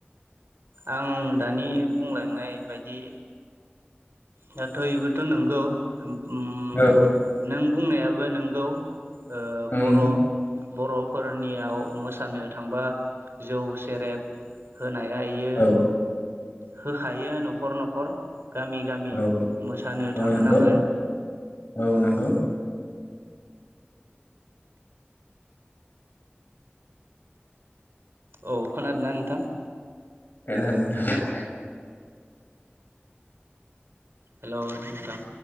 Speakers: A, on the right; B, on the left.
A: आं दानि बुंलांनाय बायदि दाथ' इबोथ' नंगौ उम
B: औ
A: नों बुंनायाबो नोंगौ ओ
B: ओम
A: बर' बर'फोरनियाव मोसानो थांबा जौ सेरेब होनाय आ बियो
B: औ
A: होखायो न'खर न'खर गामि गामि
B: औ
A: मोसानो थाङो
B: औ नंगौ
A: नालाय
B: औ नंगौ
A: औ खोनादोंना नोंथां
B: <unintelligible>
A: हेल' नोंथां